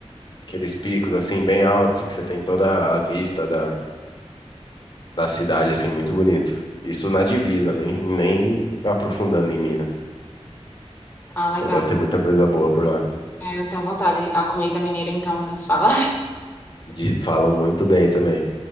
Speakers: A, on the left; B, on the left.
A: Aqueles picos assim bem altos que você tem toda a vista da, da cidade assim muito bonito. Isso na divisa, nem nem aprofundando em Minas.
B: Ah, legal.
A: Então deve ter muita coisa boa por lá.
B: É, Eu tenho vontade. A comida mineira, então, não se fala.
A: E falam muito bem também.